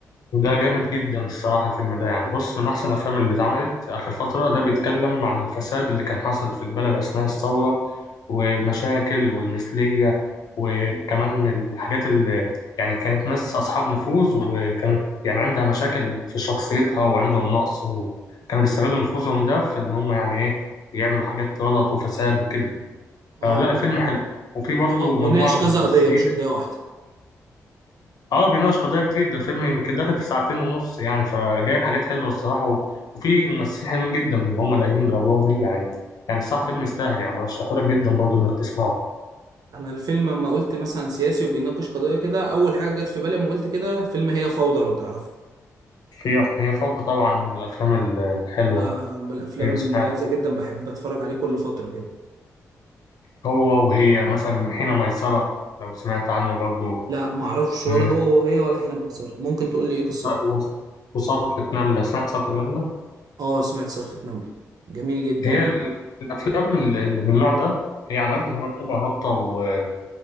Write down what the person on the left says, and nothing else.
وده جامد جدا الصراحه الفيلم ده يعني بص من احسن الافلام اللي اتعملت اخر فتره ده بيتكلم عن الفساد اللي كان حصل في البلد اثناء الثوره والمشاكل والمثلية وكمان الحاجات اللي يعني كانت ناس أصحاب نفوذ وكانت يعني عندها مشاكل في شخصيتها وعندهم نقص وكانوا بيستغلوا نفوذهم ده في إن هم يعني إيه يعملوا حاجات غلط وفساد وكده
فلا الفيلم حلو وفي برضه
مجموعة من الممثلين
اه بيناقش قضايا كتير ده الفيلم يمكن داخل في ساعتين ونص يعني فجايب حاجات حلوة الصراحة و- وفي ممثلين حلوين جدا هم اللي قايمين بالأدوار دي يعني يعني الصراحة فيلم يستاهل يعني برشحهولك جدا برضه إنك تسمعه
هي هي فرض طبعا من الأفلام ال- الحلوة
أيوة
سمعت
هو وهي مثلا حين ميسرة لو سمعت عنه برضو
و-
وص- وصرخة نملة سمعت صرخة نملة
هي ال- الأفلام ال- اللي من النوع ده هي على قد إن هي بتبقى هابطة ويعني